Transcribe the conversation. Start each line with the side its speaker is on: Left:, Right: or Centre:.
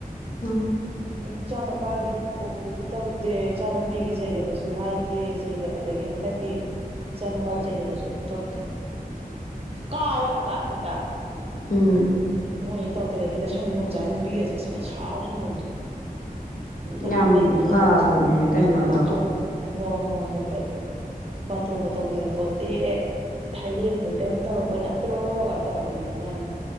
Left: ꯎꯝ
Right: ꯏꯆꯥꯅꯨꯄꯥꯒꯤ ꯄꯣꯛꯄꯗꯁꯨ ꯇꯧꯗꯦ ꯏꯆꯥꯅꯨꯄꯤꯒꯤ ꯩꯒꯗꯁꯨ ꯍꯥꯏꯗꯦꯒ ꯑꯗꯒꯤ ꯍꯟꯗꯛꯀꯤ ꯏꯆꯥꯅꯣꯄꯥ ꯖꯒꯥꯗꯁꯨꯕꯊꯧꯊꯦ ꯀꯥꯎꯋꯦ ꯍꯥꯏꯕ ꯍꯦꯛꯇ
Left: ꯎꯝ
Right: ꯃꯣꯏ ꯑꯣꯏꯅ ꯇꯧ ꯇꯤꯦꯜꯂꯗꯤ ꯂꯩꯁꯥꯅꯤꯡꯒꯣꯝꯆꯥ ꯅꯨꯄꯤꯒꯁꯦ ꯁꯨꯃꯥꯏꯅ ꯁꯥꯎꯍꯟꯗꯣꯏꯅꯤ ꯅ
Left: ꯌꯥꯝ
Right: ꯂꯩꯃꯤ ꯂꯩ
Left: ꯐꯕꯅꯦ
Right: ꯑꯩꯗ
Left: ꯀꯩꯅꯣꯗꯣ
Right: ꯕꯥꯇꯣꯟ ꯍꯣꯏ ꯍꯣꯏ ꯍꯣꯏ ꯕꯥꯇꯣꯟꯒ ꯇꯧꯕꯤꯔꯛꯄꯣꯠꯇꯦ ꯊꯥꯏꯂꯦꯟ ꯍꯣꯏꯗꯪ ꯇꯧꯔꯛꯄ ꯅꯠꯇ꯭ꯔꯣ ꯀꯥꯏ ꯇꯧꯔꯛꯄꯅꯦ ꯑꯩꯉꯣꯟꯗ ꯌꯥꯝꯅ